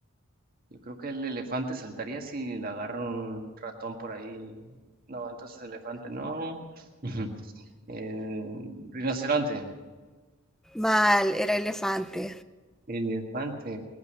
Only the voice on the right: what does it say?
Yo creo que el elefante saltaría si le agarra un ratón por ahí. No, entonces elefante no. <laughs> Eh, rinoceronte.
Elefante.